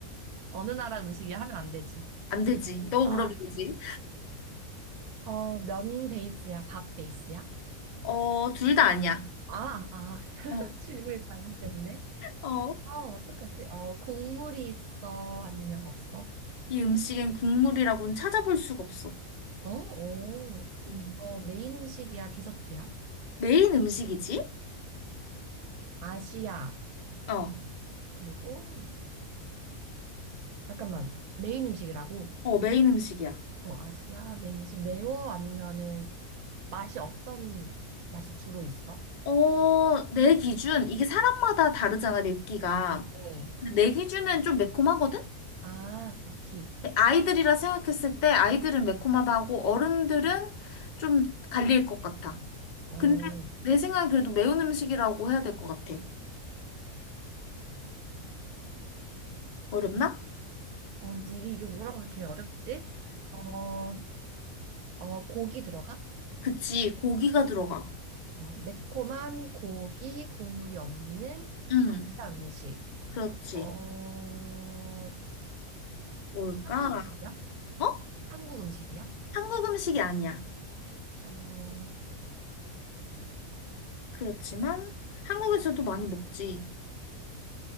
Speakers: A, on the right (about 85°); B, on the left (about 65°).
A: 어느 나라 음식이야 하면 안 되지.
B: 안 되지. 너
A: 아.
B: 물어봐야지.
A: 어, 면 베이스야? 밥 베이스야?
B: 어, 둘 다 아니야.
A: 아, 아, <laughs>
B: 어.
A: 질문이 잘못됐네.
B: 어.
A: 어, 어떡하지? 어, 국물이 있어? 아니면 없어?
B: 이 음식엔 국물이라고는 찾아볼 수가 없어.
A: 어, 오.
B: 음.
A: 어, 메인 음식이야? 디저트야?
B: 메인 음식이지?
A: 아시아.
B: 어,
A: 그리고, 잠깐만, 메인 음식이라고?
B: 어, 메인 음식이야.
A: 어, 아시아 맨식 매워 아니면은 맛이 어떤 맛이 주로 있어?
B: 어, 내 기준, 이게 사람마다 다르잖아, 맵기가.
A: 어.
B: 근데 내 기준은 좀 매콤하거든?
A: 아, 오케이.
B: 근데 아이들이라 생각했을 때 아이들은 매콤하다고 어른들은 좀 갈릴 것 같아.
A: 어.
B: 근데
A: 어.
B: 내 생각엔 그래도 매운 음식이라고 해야 될 것 같아. 어렵나?
A: 어, 이게 이게 뭐라고 이렇게 어렵지? 어, 어, 고기 들어가?
B: 그치, 고기가 들어가.
A: 어, 매콤한 고기 국물이 없는
B: 응,
A: 아시아 음식.
B: 그렇지.
A: 어,
B: 뭘까?
A: 한국 음식이야?
B: 어?
A: 한국 음식이야?
B: 한국 음식이 아니야.
A: 어,
B: 그렇지만 한국에서도 많이 먹지.